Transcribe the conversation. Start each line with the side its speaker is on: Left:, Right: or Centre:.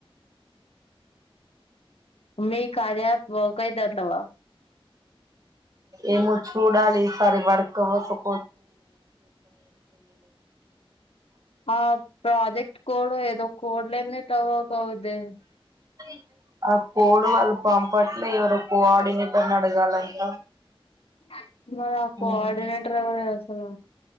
Left: మీ కార్య యాప్ <unintelligible>
Right: ఏమో చూడాలి ఈసారి వర్క్ కోసం
Left: ఆ ప్రాజెక్టు కోడు ఏదో కోడ్ లేం లేవ్ తవక <unintelligible>
Right: ఏం ఆ కోడ్ వాళ్ళు పంపట్లే ఎవరో కోఆర్డినేటర్ని అడగాలంట
Left: అ మరి ఆ
Right: మ్మ్
Left: కోఆర్డినేటర్ ఎవరే అసలు